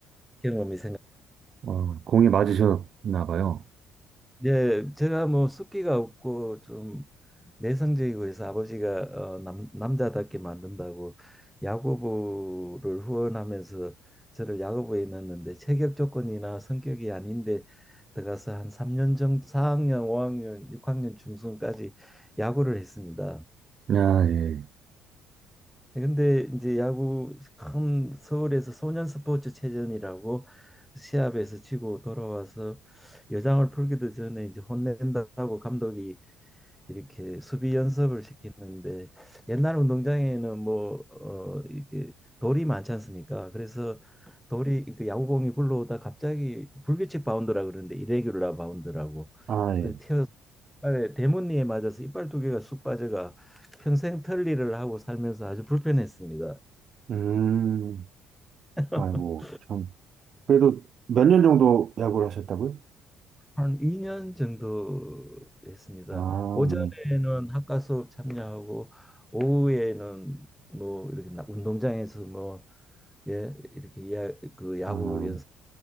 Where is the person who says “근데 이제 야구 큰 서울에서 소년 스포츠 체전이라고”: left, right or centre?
Centre